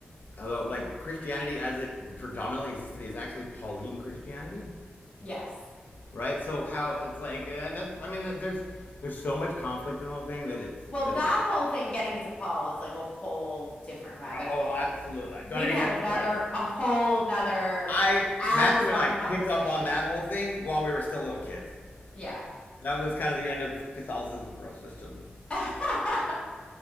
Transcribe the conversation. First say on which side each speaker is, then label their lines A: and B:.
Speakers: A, on the left (about 55°); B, on the left (about 30°).
A: although like Christianity as it predominantly existed is actually Pauline Christianity,
B: yes.
A: right? So how it's like uh, that's I mean there's there's so much conflict in the whole thing that it's
B: Well,
A: that
B: that
A: it.
B: whole thing getting into Paul is like a whole different rabbit
A: Oh,
B: hole.
A: absolutely!
B: We
A: Don't even
B: can have
A: get
B: another
A: me started.
B: a whole nother
A: I
B: hours
A: Matthew
B: long
A: and I picked
B: conversation.
A: up on that whole thing while we were still little kids.
B: Yeah.
A: That was kind of the end of Catholicism for us as children. <laughs>
B: <laughs>